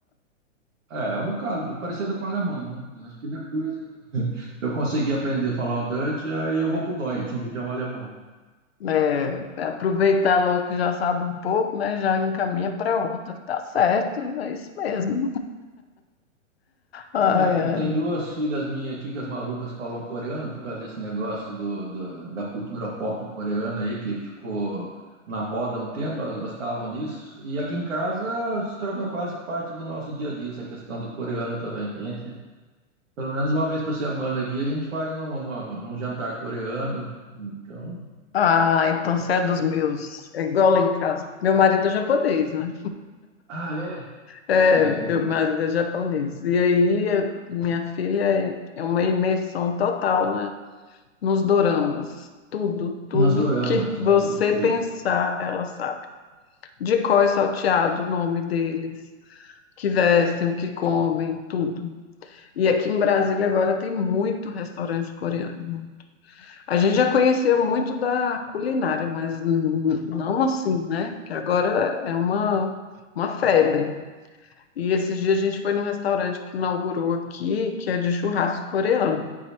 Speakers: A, on the right; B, on the left.
A: É, é um bocado, parecido com o alemão, né? Eu acho que depois eu conseguir aprender a falar o Dutch, aí eu vou pro Deutsch, né, que é o alemão.
B: É, aproveitar logo que já sabe um pouco, né? Já encaminha para outra. Tá certo, é isso mesmo. Ai,
A: Ah, minha,
B: ai.
A: e tem duas filhas minhas aqui que as malucas falam coreano por causa desse negócio do, do- da cultura pop coreana aí, que ficou na moda há um tempo, elas gostavam disso. E aqui em casa se tornou quase que parte do nosso dia a dia, essa questão do coreano também, que a gente, pelo menos uma vez por semana aqui, a gente faz um, uma- um jantar coreano. Então,
B: Ah, então você é dos meus. É igual lá em casa. Meu marido é japonês, né?
A: ah, é?
B: É,
A: Olha que
B: meu
A: legal.
B: marido é japonês. E aí, eh, minha filha é é uma imersão total, né? Nos doramas. Tudo, tudo
A: Nos doramas,
B: que você
A: olha que
B: pensar,
A: legal.
B: ela sabe. De cor e salteado, o nome deles, que vestem, o que comem, tudo. E aqui em Brasília agora tem muito restaurante coreano. A gente já conhecia muito da culinária, mas n- não assim, né? Que agora é uma, uma febre. E esses dias a gente foi num restaurante que inaugurou aqui, que é de churrasco coreano.